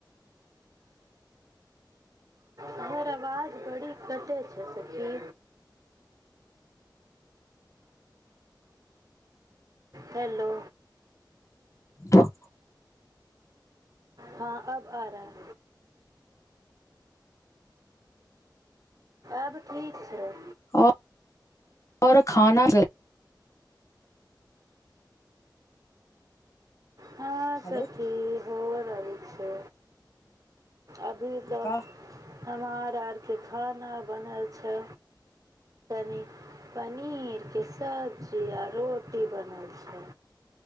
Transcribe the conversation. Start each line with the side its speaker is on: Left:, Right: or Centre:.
Right: हमर आवाज बड़ी कटै छै सखी हेलो
Left: त <inaudible>
Right: हँ अब आ रहा आब ठीक छै
Left: आऔर खाना गल
Right: हंसब
Left: हेलो
Right: ठीक होर ठीक छै अभी तऽ
Left: का
Right: हमर आरके खाना बनल छै नी पनीर के सब्जी आ रोटी बनल छै